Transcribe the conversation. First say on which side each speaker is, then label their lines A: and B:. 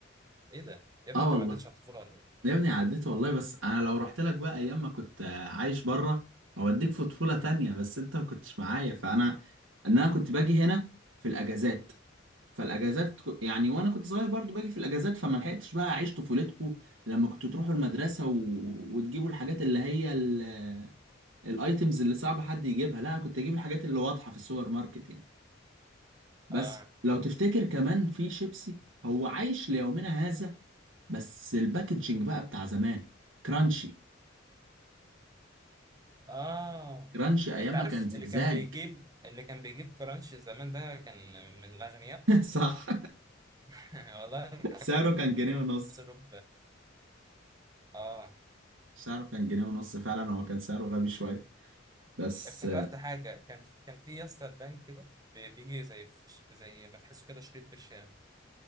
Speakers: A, on the right (about 20°); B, on the right (about 85°).
A: ايه ده يا ابني
B: اه
A: انت
B: والله
A: ما عدتش على الطفوله ولا ايه
B: يا ابني عديت والله بس انا لو رحت لك بقى ايام ما كنت آه، عايش بره اوديك في طفوله
A: اه
B: تانية بس انت ما كنتش معايا فانا ان انا كنت باجي هنا في الاجازات فالاجازات ك- يعني وانا كنت صغير برضو باجي في الاجازات فما لحقتش بقى اعيش طفولتكو لما كنتوا تروحوا المدرسه و... وتجيبوا الحاجات اللي هي ال... الايتمز اللي صعب حد يجيبها لا كنت اجيب الحاجات اللي واضحه في السوبر ماركت يعني بس
A: اه
B: لو تفتكر كمان في شيبسي هو عايش ليومنا هذا بس الباكجينج بقى بتاع زمان كرانشي
A: آه.
B: كرانشي ايام
A: انت
B: ما
A: عارف
B: كان زجزاج
A: اللي كان بيجيب اللي كان بيجيب كرانش زمان ده كان من الاغنياء
B: <laughs> صح
A: <laughs> والله
B: سعره كان جنيه ونص
A: صرف اه
B: سعره كان جنيه ونص فعلا هو كان سعره غبي شويه بس
A: افتكرت حاجه كان كان في يا اسطى البنك كده بي- بيجي زي ف- زي ما تحسه كده شريط بالشام